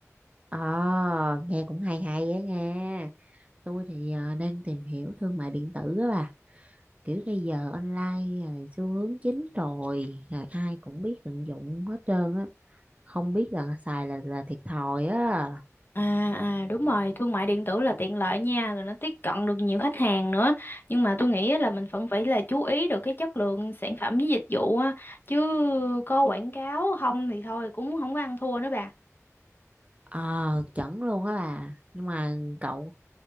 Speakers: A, on the right (about 25°); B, on the left (about 40°).
A: ờ nghe cũng hay hay á nha tôi thì ờ, đang tìm hiểu thương mại điện tử á bà kiểu bây giờ online rồi xu hướng chính rồi rồi ai cũng biết tận dụng hết trơn á không biết là xài là là thiệt thòi á
B: À, à đúng rồi, thương mại điện tử là tiện lợi nha, rồi nó tiếp cận được nhiều khách hàng nữa. Nhưng mà tôi nghĩ á là mình vẫn phải là chú ý được cái chất lượng sản phẩm với dịch vụ á, chứ có quảng cáo không thì thôi cũng không có ăn thua nữa bà.
A: ờ chuẩn luôn á bà nhưng mà cậu